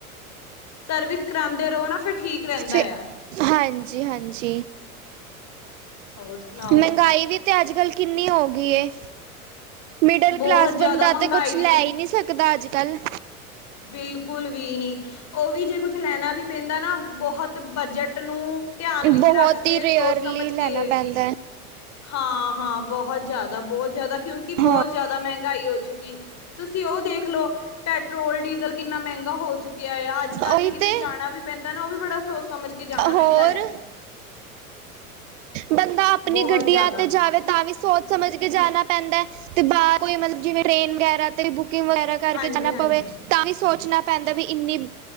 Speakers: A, on the left; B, on the right.
A: ਸਰਵਿਸ ਕਰਾਉਂਦੇ ਰਹੋ ਨਾ, ਫਿਰ ਠੀਕ ਰਹਿੰਦਾ
B: ਫਿਰ,
A: ਆ
B: ਹਾਂਜੀ -ਹਾਂਜੀ।
A: ਹੋਰ ਸੁਣਾਓ
B: ਮਹਿੰਗਾਈ ਵੀ ਤੇ, ਅੱਜ ਕਲ ਕਿੰਨੀ ਹੋ ਗਈ ਏ। ਮਿਡਲ
A: ਬਹੁਤ
B: ਕਲਾਸ
A: ਜ਼ਿਆਦਾ
B: ਬੰਦਾ
A: ਮਹਿੰਗਾਈ
B: ਤੇ ਕੁਛ
A: ਦੀ
B: ਲੈ ਹੀ ਨਹੀਂ ਸਕਦਾ, ਅੱਜ- ਕੱਲ
A: ਬਿਲਕੁਲ, ਵੀ ਨੀ ਉਹ ਵੀ ਜੇ, ਕੁਛ ਲੈਣਾ ਵੀ ਪੈਂਦਾ ਨਾ, ਬਹੁਤ ਬਜਟ ਨੂੰ ਧਿਆਨ ਵਿੱਚ
B: ਬਹੁਤ
A: ਰੱਖ ਕੇ,
B: ਹੀ ਰੇਅਰਲੀ
A: ਸੋਚ ਸਮਝ
B: ਲੈਣਾ
A: ਕੇ
B: ਪੈਂਦਾ ਹੈ
A: ਹਾਂ- ਹਾਂ, ਬਹੁਤ ਜ਼ਿਆਦਾ- ਬਹੁਤ ਜ਼ਿਆਦਾ, ਕਿਉਂਕਿ
B: ਹਾਂ
A: ਬਹੁਤ ਜ਼ਿਆਦਾ, ਮਹਿੰਗਾਈ ਹੋ ਚੁੱਕੀ ਤੁਸੀਂ ਉਹ ਦੇਖ ਲਉ ਪੈਟਰੋਲ, ਡੀਜ਼ਲ ਕਿੰਨਾ ਮਹਿੰਗਾ ਹੋ ਚੁੱਕ ਕਿਆ, ਅੱਜ -ਕੱਲ
B: ਉਹੀ
A: ਜੇ ਕਿਤੇ
B: ਤੇ
A: ਜਾਣਾ ਵੀ ਪੈਂਦਾ ਨਾ, ਉਹ ਵੀ ਬੜਾ ਸੋਚ ਸਮਝ ਕੇ, ਜਾਣਾ
B: ਹੋਰ
A: ਪੈਂਦਾ ਆ।
B: ਬੰਦਾ, ਆਪਣੀ
A: ਬਹੁਤ
B: ਗੱਡੀਆਂ
A: ਜ਼ਿਆਦਾ
B: ਤੇ ਜਾਵੇ ਤਾਂ ਵੀ ਸੋਚ ਸਮਝ ਕੇ ਜਾਣਾ ਪੈਂਦਾ, ਤੇ ਬਾਹਰ ਕੋਈ ਮਤਲਬ, ਜਿਵੇਂ ਟ੍ਰੇਨ ਵਗੈਰਾ ਤੇ ਬੁਕਿੰਗ ਵਗੈਰਾ ਕਰਕੇ
A: ਹਾਂਜੀ
B: ਜਾਣਾ
A: ਹਾਂਜੀ
B: ਪਵੇ ਤਾਂ ਵੀ ਸੋਚਣਾ ਪੈਂਦਾ ਵੀ, ਇੰਨੀ